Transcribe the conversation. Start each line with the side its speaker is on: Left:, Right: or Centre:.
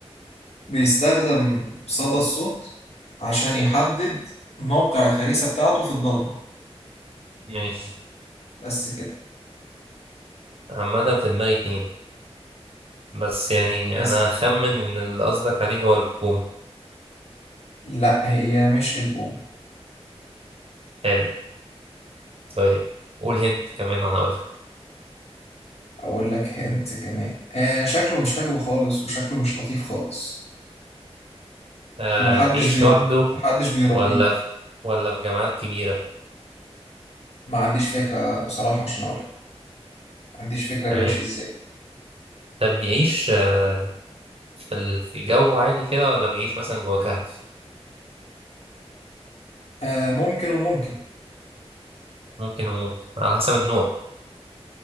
Left: بيستخدم صدى الصوت عشان يحدد موقع الفريسة بتاعته في الضلمة
Right: ماشي
Left: بس كده
Right: عامة في دماغي اتنين بس يعني
Left: اسأل
Right: أنا أخمن إن اللي قصدك عليه هو البوم
Left: لا هي مش البومة
Right: حلو طيب قول هنت كمان وأنا أقولك
Left: أقول لك هنت كمان آه شكله مش حلو خالص وشكله مش لطيف خالص
Right: آه
Left: ومحدش
Right: بيعيش
Left: بيرب
Right: لوحده
Left: محدش بيربيه
Right: ولا في ولا في جامعات كبيرة
Left: ما عنديش فكرة بصراحة عشان أقولها ما عنديش فكرة
Right: تمام
Left: بيعيش إزاي
Right: طب بيعيش آه، في ال- في الجو عادي كده ولا بيعيش مثلا جوه
Left: آه ممكن وممكن
Right: ممكن وممكن على حسب النوع